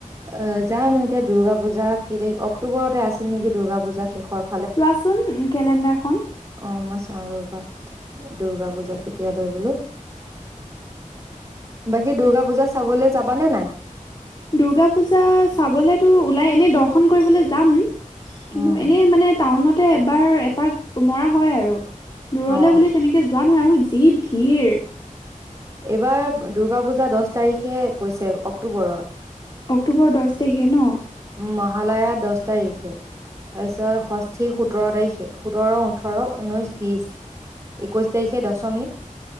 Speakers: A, on the right (about 20°); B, on the left (about 30°).
A: অ জানো এতিয়া দুৰ্গা পূজা কি তি অক্টোবৰতে আছিল নেকি দুৰ্গা পূজা শেৰ পৰা
B: চো ৱাচোন কেলেণ্ডাৰখন?
A: অ মই চাওঁ ৰ'বা। দুৰ্গা পূজা কেতিয়া লৈ বোলো, বাকী দুৰ্গা পূজা চাবলৈ যাবা নে নাই?
B: দূৰ্গা পূজা চাবলেতো ওলাই এনেই দৰ্শন কৰিবলৈ যাম। কিন্তু
A: উম
B: এনেই মানে টাউনত তে এবাৰ এপাক মৰা হয় আৰু দূৰলে
A: অ
B: বুলি তেনেকে যোৱা নহয় আৰু যি ভিৰ
A: এইবাৰ দুূৰ্গা পূজা দহ তাৰিখে কৈছে অক্টোবৰ
B: অক্টোবৰৰ দহ তাৰিখে ন
A: মহালয়া দহ তাৰিখে তাৰপিছত ষষ্ঠী সোতৰ তাৰিখে সোতৰ ওঠৰ ঊনৈশ বিশ একৈশ তাৰিখে দশমী